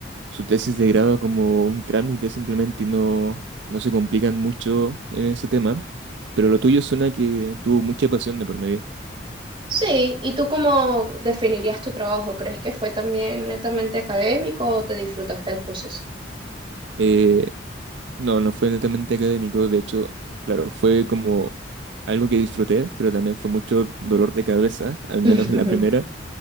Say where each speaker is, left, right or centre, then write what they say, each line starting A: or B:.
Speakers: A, on the right; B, on the right.
A: su tesis de grado como un trámite simplemente y no, no se complican mucho en ese tema, pero lo tuyo suena que tuvo mucha pasión de por medio.
B: Sí, ¿y tú cómo definirías tu trabajo? ¿Crees que fue también netamente académico o te disfrutaste el proceso?
A: Eh, no, no fue netamente académico, de hecho, claro, fue como algo que disfruté, pero también fue mucho dolor de cabeza, al menos
B: <laughs>
A: la primera,